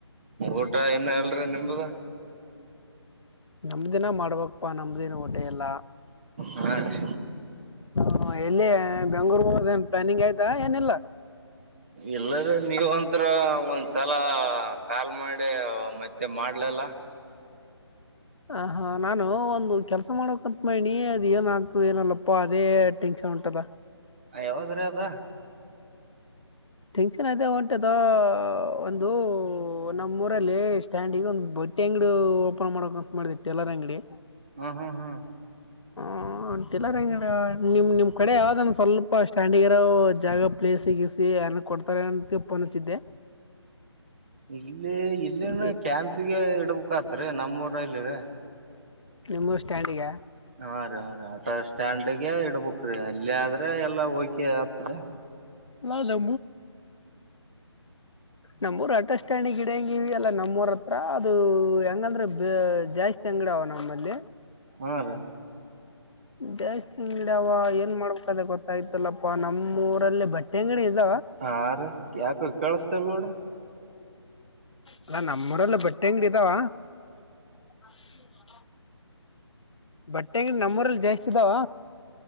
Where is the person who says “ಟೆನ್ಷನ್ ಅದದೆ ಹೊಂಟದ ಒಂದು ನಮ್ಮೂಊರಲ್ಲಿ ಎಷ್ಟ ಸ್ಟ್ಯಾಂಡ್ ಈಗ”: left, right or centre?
Left